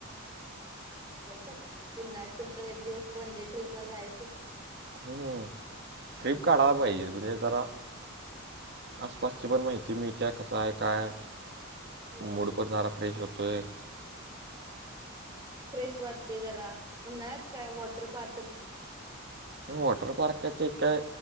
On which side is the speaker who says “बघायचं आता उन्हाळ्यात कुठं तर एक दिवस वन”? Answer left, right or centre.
Right